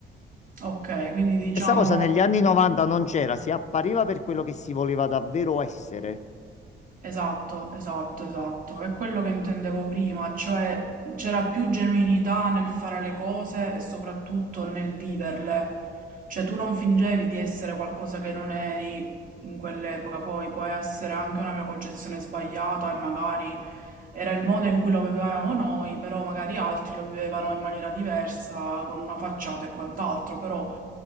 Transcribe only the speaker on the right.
Ok, quindi diciamo...
Esatto, esatto, esatto. È quello che intendevo prima, cioè c'era più genuinità nel fare le cose e soprattutto nel viverle. Cioè tu non fingevi di essere qualcosa che non eri in quell'epoca, poi può essere anche una mia concezione sbagliata e magari era il modo in cui lo vivevamo noi, però magari altri lo vivevano in maniera diversa, con una facciata e quant'altro, però